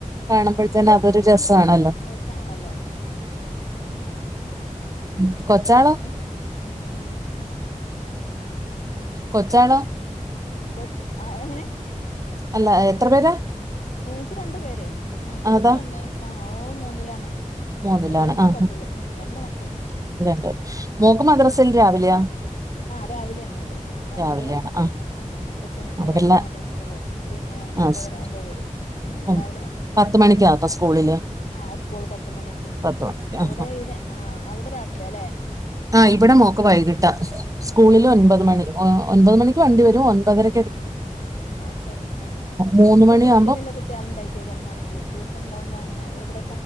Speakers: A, on the right; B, on the left.
A: കാണുമ്പോഴത്തന്നെ
B: ആഹ്
A: അതൊരു രസ ആണല്ലോ
B: രസാണല്ലോ ആണ് ആഹ
A: ഉം. കൊച്ചാളോ?
B: ഏതായാലും ഉം
A: കൊച്ചാണോ
B: കൊച്ച് ആഹ് എങ്ങനെ
A: അല്ല എത്ര പേരാ
B: എനിക്ക് രണ്ടു പേര് ആഹ് ചെറുത്
A: അതാ
B: പെണ്ണ് ആഹ് ഓള് മൂന്നിലാണ്
A: മൂന്നിലാണ്
B: വല്യനാൾ
A: ആ
B: പത്തില്
A: ഉ
B: ഉം രണ്ട് മക്കള്
A: രണ്ട് മോക്ക്
B: ഉം
A: മദ്രാസന്ന് രാവിലെയാ
B: ആ രാവിലെയാണ് മദ്രസ് രാവിലെ
A: രാവിലെയാണ്
B: മദ്രസ
A: ആ
B: ഉം എട്ട് മണി
A: അവിടെള്ള
B: ഏരക്ക് മദ്രസക്ക് പോവും പിന്നെ
A: ആ
B: ഒമ്പതര
A: സ്
B: ആവുമ്പോ വരും അങ്ങനെ
A: ഉം
B: രാവിലെ മദ്രസ്
A: പത്ത് മണിക്കാപ്പോ സ്കൂളില്
B: ആ സ്കൂൾ പത്ത് മണിക്ക്
A: പത്ത് മണിക്ക്
B: അവിടെ
A: ആ
B: ഇതി ആ അവിടെ രാത്രിയാലെ
A: ആഹ് ഇവിടെ മോക്ക് വൈകിട്ടാ സ്കൂളില്
B: ആ
A: ഒൻപത് മണി ഒൻപത് മണിക്ക് വണ്ടി വരും ഒൻപതര
B: ഉ ക്ലാസ്സ്‌ തുടങ്ങ ആ
A: മൂന്ന്
B: അത്
A: മണിയാകുമ്പം
B: ട്യൂഷനിള്ള കുട്ടികൾ ഉണ്ടായി പ്രത്യകരമാണെങ്കിലെ ടൂഷൻ ഉണ്ടാവുമ്പോ അങ്ങനെവിടെ